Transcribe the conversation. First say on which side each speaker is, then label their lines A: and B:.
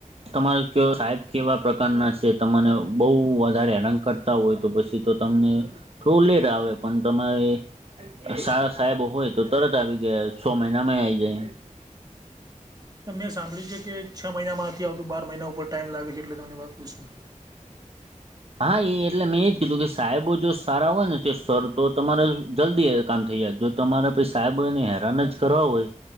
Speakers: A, on the right; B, on the right.
A: તમારે સાહેબ કેવા પ્રકારના છે, તમાને બો વધારે હેરકટ હોય તો પછી તો તમને થોડું લેટ આવે પણ તમારે સારા સાહેબ હોય તો તરત આવી ગયા છો, મહિનામાં આવી જાય એમ.
B: મેં સાંભળ્યું છે કે છ મહિનામાં નથી આવતું, બાર મહિના ઉપર ટાઈમ લાગે છે એટલે તમને વાત પૂછ્યું.
A: હા, એ એટલે મેં એજ કીધું કે સાહેબો જો સારા હોય ને તો સર તો તમારે જલ્દી કામ થઈ જય. તમારે પછી સાહેબને હેરાન જ કરવા હોય